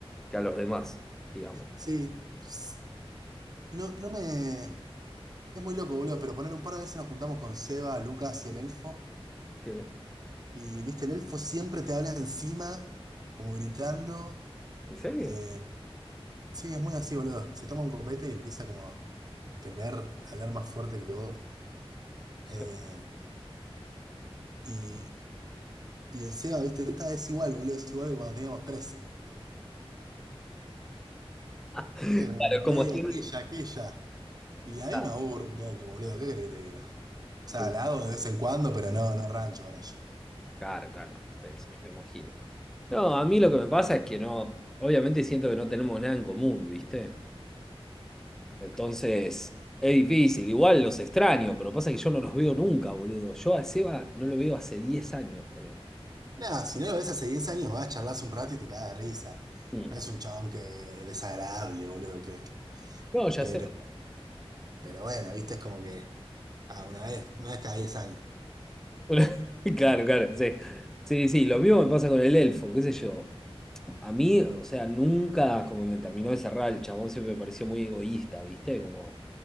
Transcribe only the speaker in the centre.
que a los demás, digamos.
Sí.
¿En serio?
Sí.
<laughs>
Claro,
como
siempre.
Ah,
sí.
Claro, claro, sí, sí, me imagino. No, a mí lo que me pasa es que no, obviamente siento que no tenemos nada en común, ¿viste? Entonces, es difícil. Igual los extraño, pero pasa que yo no los veo nunca, boludo. Yo a Seba no lo veo hace 10 años, ponele.
Mm.
No, ya
sé.
<laughs> Claro, claro, sí. Sí, sí, lo mismo me pasa con el elfo, qué sé yo. A mí, o sea, nunca, como me terminó de cerrar, el chabón siempre me pareció muy egoísta, ¿viste? Como